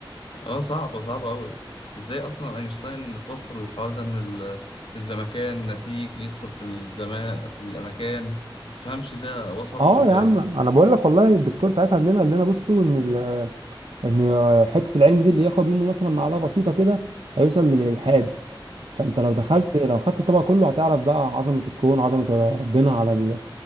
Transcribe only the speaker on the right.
اه
يا عم انا بقول لك والله الدكتور ساعتها قال لنا قال لنا بصوا ان ال ان حته العلم دي اللي ياخد منه مثلا معلقه بسيطه كده هيوصل للالحاد فانت لو دخلت لو خدت الطبق كله هتعرف بقى عظمه الكون عظمه ربنا على ال...